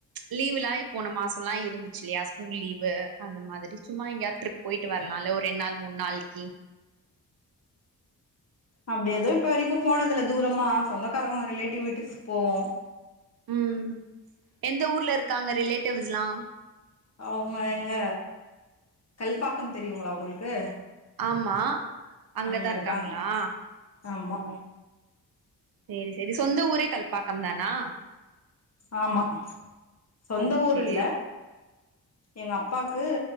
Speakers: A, on the right; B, on the left.
A: லீவுலாய் போன மாஸ் அப்புலா இருந்துச்சில்லையா ஸ்கூல் லீவு அந்த மாதிரி சும்மா எங்கயாத் ட்ரிப் பொயிட்டு வரல் அதுல ஒரு ரெண் நாள் மூண் நாள்க்கி
B: அப்டி ஏதூ இப்ப வரைக்கு போனதில்ல தூரமா சொந்தக்காரங்கோ ரிலேட்டிவ் வீட்டுஸ்க் போவோ
A: உம் எந்த ஊர்ல இருக்காங்க ரிலேட்டிவுஸ்லா
B: அவொங்க எங்க கல்பாக்கம் தெரியுங்களா உங்களுக்கு
A: ஆமா அங்கதா
B: அங்க
A: இருக்காங்ளா
B: இருக்காங்க ஆமா
A: ஓ சேரி சேரி சொந்த ஊரே கல்பாக்கம் தானா
B: ஆமா சொந்த
A: ஓகே
B: ஊரில்ல எங்க அப்பாக்கூ